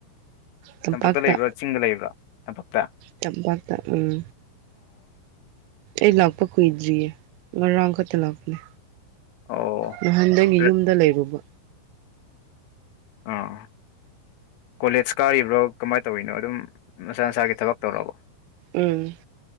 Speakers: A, on the right; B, on the left.
A: ꯇꯝꯄꯥꯛꯇ
B: ꯇꯝꯄꯥꯛꯇꯥ ꯂꯩꯕ꯭ꯔꯣ ꯆꯤꯡꯗ ꯂꯩꯕ꯭ꯔꯥ ꯇꯝꯄꯥꯛꯇꯥ
A: ꯆꯄꯥꯛꯥꯛ ꯇ ꯎꯝ ꯑꯩ ꯂꯥꯛꯄ ꯀꯨꯣꯏꯗ꯭ꯔꯤꯌꯦꯦ ꯃꯔ ꯔ ꯀꯠꯇ ꯂꯥꯛꯅꯦ
B: ꯑꯣ
A: ꯅꯍꯥꯟꯗꯒꯤ
B: ꯔ-
A: ꯌꯨꯝꯗ ꯂꯩꯔꯨꯕ
B: ꯑꯥ ꯀꯣꯂꯦꯖ ꯀꯥꯔꯤꯕ꯭ꯔꯣ ꯀꯃꯥꯏꯅ ꯇꯧꯔꯤꯅꯣ ꯑꯗꯨꯝ ꯃꯁꯥ ꯃꯁꯥꯒꯤ ꯊꯕꯛ ꯇꯧꯔꯕ
A: ꯎꯝ